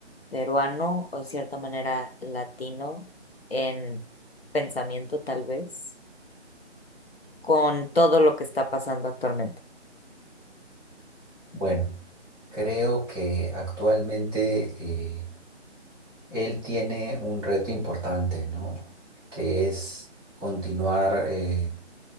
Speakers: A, on the left (about 55°); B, on the right (about 20°).
A: peruano o de cierta manera latino en pensamiento tal vez, con todo lo que está pasando actualmente.
B: Bueno, creo que actualmente eh, él tiene un reto importante, ¿no? Que es continuar eh,